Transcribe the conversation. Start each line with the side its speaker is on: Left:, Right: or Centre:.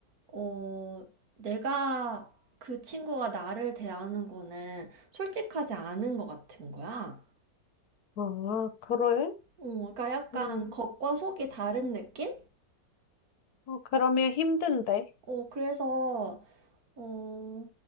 Right: 어, 내가 그 친구가 나를 대하는 거는 솔직하지 않은 것 같은 거야.
Left: 아, 그래?
Right: 어, 그러니까 약간
Left: 음,
Right: 겉과 속이 다른 느낌?
Left: 어, 그러면 힘든데.
Right: 어, 그래서 어,